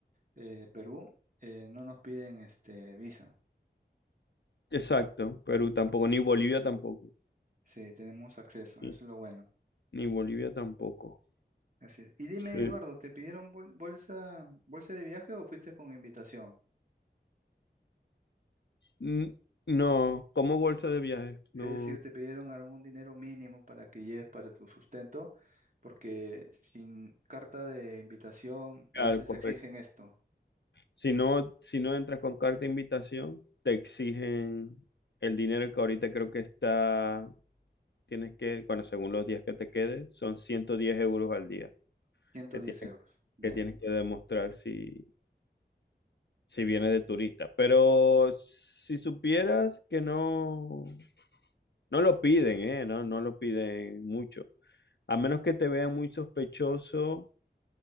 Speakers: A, on the right (about 45°); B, on the left (about 70°).
A: eh, Perú, eh, no nos piden, este, visa.
B: exacto,
A: Eh,
B: Perú tampoco, ni Bolivia tampoco.
A: Sí, tenemos acceso, eso
B: Sí,
A: es lo bueno.
B: Ni Bolivia tampoco.
A: Así es. Y dime,
B: Sí,
A: Eduardo, ¿te pidieron bol- bolsa, bolsa de viaje o fuiste con invitación?
B: N- No, como bolsa de viaje, no.
A: Es decir, ¿te pidieron algún dinero mínimo para que lleves para tu sustento? Porque sin carta de invitación a
B: claro,
A: veces
B: correcto.
A: exigen esto,
B: Si no, si no entras con carta de invitación, te exigen el dinero que ahorita creo que está, tienes que, bueno, según los días que te quedes, son 110 euros al día
A: 110
B: que tienes
A: euros. Bien,
B: que, tienes que demostrar si, si vienes de turista. Pero si supieras que no, no lo piden, ¿eh? No, no lo piden mucho. A menos que te vean muy sospechoso